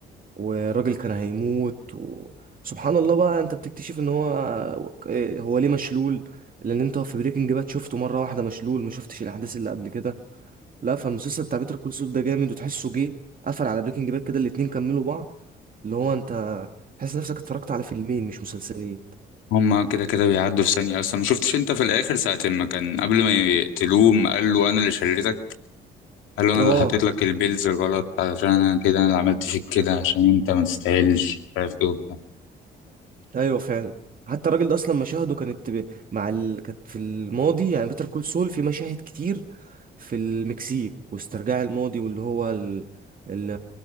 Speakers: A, on the right; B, on the left.
A: والراجل كان هيموت و... سبحان الله بقى أنت بتكتشف إن هو آه، هو ليه مشلول لأن أنت في بريكنج باد شفته مرة واحدة مشلول ما شفتش الأحداث اللي قبل كده لا فالمسلسل بتاع بيتر كول سول ده جامد وتحسه جه قفل على بريكنج باد كده الاتنين كملوا بعض اللي هو انت تحس نفسك اتفرجت على فيلمين مش مسلسلين
B: هما كده كده بيعدوا في ثانية أصلا ما شفتش أنت في الآخر ساعة ما كان قبل ما يقتلوه ما قال له أنا اللي شلتك قال له أنا
A: اه
B: اللي حطيت لك البيلز الغلط عشان أنا كده أنا اللي عملت فيك كده عشان أنت ما تستاهلش مش عارف إيه وبتاع
A: ايوه فعلا حتى الراجل ده اصلا مشاهده كانت ب- مع ال... كانت في الماضي يعني بيتر كول سول في مشاهد كتير في المكسيك واسترجاع الماضي واللي هو ال... ال...